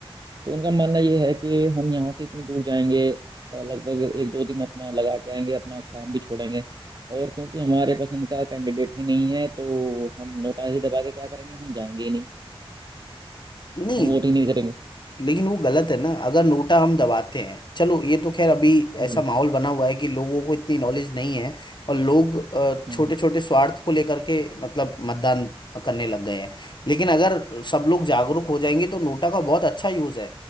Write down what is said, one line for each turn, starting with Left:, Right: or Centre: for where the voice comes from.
Right: तो उनका मानना ये है कि हम यहाँ से इतनी दूर जाएंगे अ, लगभग एक दो दिन अपना लगा के आएंगे अपना काम भी छोड़ेंगे और क्योंकि हमारे पसंद का कैंडिडेट ही नहीं है तो हम नोटा ही दबा के क्या करेंगे हम जाएंगे ही नहीं
Left: नहीं
Right: हम वोट ही नहीं करेंगे
Left: लेकिन वो गलत है ना अगर नोटा हम दबाते हैं चलो ये तो खैर अभी
Right: जी
Left: ऐसा माहौल बना हुआ है कि लोगों को इतनी नॉलेज नहीं है और लोग
Right: हम्म
Left: छोटे छोटे स्वार्थ को लेकर के मतलब मतदान करने लग गए हैं लेकिन अगर सब लोग जागरूक हो जाएंगे तो नोटा का बहुत अच्छा यूज है